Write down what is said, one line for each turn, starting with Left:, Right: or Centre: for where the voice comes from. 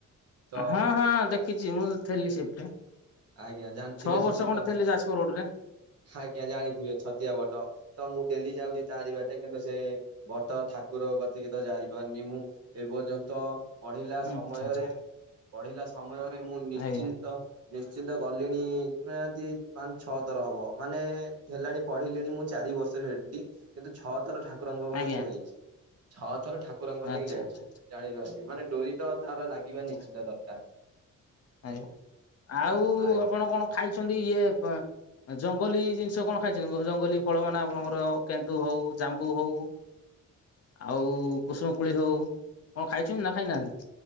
Right: ତ
Left: ହଁ ହଁ ଦେଖିଛି ମୁଁ ଥେଲି ସେଠି।
Right: ଆଜ୍ଞା ଜାଣିଥିବେ
Left: ଛଅ ବର୍ଷ
Right: ସେଠି
Left: ଖଣ୍ଡେ
Right: ତ
Left: ଥିଲି ଯାଜପୁର ରୋଡରେ।
Right: ଆଜ୍ଞା ଜାଣିଥିବେ ଛତିଆ ବଟ। ତ ମୁଁ ଡେଲି ଯାଉଚି ତାରି ବାଟେ କିନ୍ତୁ ସେ ବଟ ଠାକୁର କତିକିି ତ ଯାଇପାରୁନି ମୁଁ। ଏ ପର୍ଯ୍ୟନ୍ତ ପଢିଲା
Left: ଆଚ୍ଛା
Right: ସମୟରେ
Left: ଆଚ୍ଛା
Right: ପଢିଲା ସମୟରେ ମୁଁ ନିଶ୍ଚିନ୍ତ
Left: ଆଜ୍ଞା
Right: ନିଶ୍ଚିନ୍ତ ଗଲିଣି ନିହାତି ପାନ ଛଅ ଥର ହବ ମାନେ ହେଲାଣି ପଢିଲିଣି ମୁଁ ଚାରି ବର୍ଷ ହେଟି କିନ୍ତୁ ଛଅ ଥର ଠା କୁରଙ୍କ କତିକି
Left: ଆଜ୍ଞା
Right: ଯାଇଛି। ଛଅ ଥର ଠାକୁରଙ୍କ କତିକି
Left: ଆଚ୍ଛା
Right: ଯାଇଛି।
Left: ଆଚ୍ଛା
Right: ଜାଣିବା ଆସି ମାନେ ଡୋରି ତ ତାର ଲାଗିବା
Left: ଆଚ୍ଛା
Right: ନିଶ୍ଚିନ୍ତ ଦରକାର।
Left: ଆଜ୍ଞା ଆଉ
Right: ଆଜ୍ଞା
Left: ଆପଣ କଣ ଖାଇଛନ୍ତି ଇଏ ପେଁ ଏ ଜଙ୍ଗଲୀ ଜିନିଷ କଣ ଖାଇଛନ୍ତି? ଜଙ୍ଗଲୀ ଫଳ ମାନେ ଆପଣଙ୍କର କେନ୍ଦୁ ହଉ ଜାମ୍ବୁ ହଉ ଆଉ କୁସୁମୁ କୋଳି ହଉ କଣ ଖାଇଛନ୍ତି ନା ଖାଇନାହାନ୍ତି?